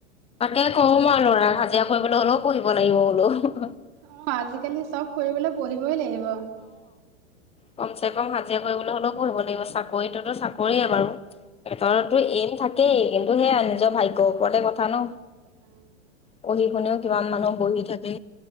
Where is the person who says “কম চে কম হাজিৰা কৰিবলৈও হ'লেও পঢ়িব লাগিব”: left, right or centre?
Left